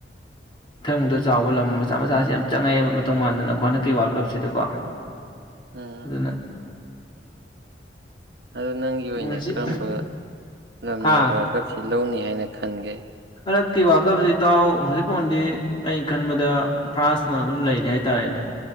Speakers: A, on the left; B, on the right.
A: ꯏꯊꯪꯕꯗ ꯆꯥꯎꯕ ꯂꯝ ꯃꯆꯥ ꯃꯆꯥꯁꯤ ꯌꯥꯝ ꯆꯪꯉꯛꯑꯦꯕ ꯃꯇꯧ ꯃꯥꯟꯗꯅꯀꯣ ꯍꯟꯗꯛꯀꯤ ꯋꯥꯔꯀꯞꯁꯤꯗꯀꯣ
B: ꯎꯝ
A: ꯑꯗꯨꯅ
B: ꯑꯗꯣ ꯅꯪꯒꯤ ꯑꯣꯏꯅ
A: ꯕꯣꯜꯁꯤ
B: ꯀꯔꯝꯕ ꯂꯝꯅ
A: ꯍꯥ
B: ꯋꯥꯔꯀꯞꯁꯤ ꯂꯧꯅꯤ ꯍꯥꯏꯅ ꯈꯟꯒꯦ
A: ꯍꯟꯗꯛꯀꯤ ꯋꯥꯔꯜꯀꯞꯁꯤ ꯏꯇꯥꯎ ꯍꯧꯖꯤꯛꯐꯥꯎꯗꯤ ꯑꯩꯅ ꯈꯟꯕꯗ ꯐ꯭ꯔꯥꯟꯁꯅ ꯑꯗꯨꯝ ꯂꯩꯔꯤ ꯍꯥꯏꯇꯥꯔꯦ ꯥꯏꯅ